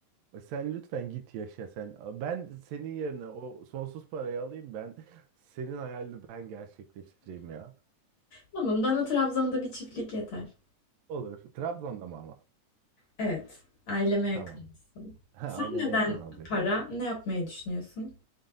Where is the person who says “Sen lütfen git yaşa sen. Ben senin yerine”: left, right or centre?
Right